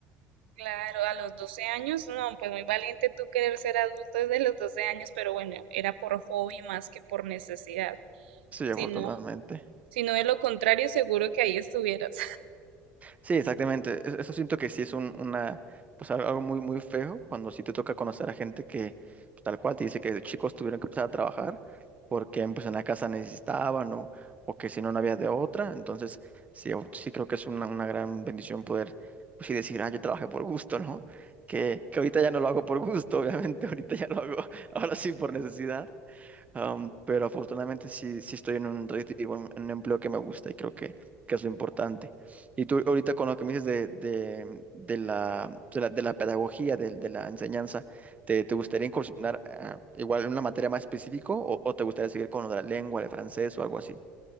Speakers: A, on the right; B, on the right.
A: Claro, a los 12 años, no, pues muy valiente tú querer ser adulto desde los 12 años, pero bueno, era por hobby más que por necesidad.
B: Sí,
A: Si
B: afortunadamente.
A: no, si no de lo contrario, seguro que ahí estuvieras.
B: Sí, exactamente. E- Eso siento que sí es un, una, pues al- algo muy, muy feo cuando sí te toca conocer a gente que pues, tal cual te dice que de chicos tuvieron que empezar a trabajar porque pues en la casa necesitaban o, o que si no, no había de otra. Entonces, sí, o- sí creo que es una, una gran bendición poder pues sí decir, ah, yo trabajé por gusto, ¿no? Que, que ahorita ya no lo hago por gusto, obviamente, <laughs> ahorita ya lo hago ahora sí por necesidad, Am, pero afortunadamente sí, sí estoy en un red- digo, en en un empleo que me gusta y creo que, que es lo importante. Y tú ahorita con lo que me dices de, de, de la, de la, de la pedagogía, de, de la enseñanza, ¿te, te gustaría incursionar ah, igual en una materia más específica o, o te gustaría seguir con lo de la lengua, el francés o algo así?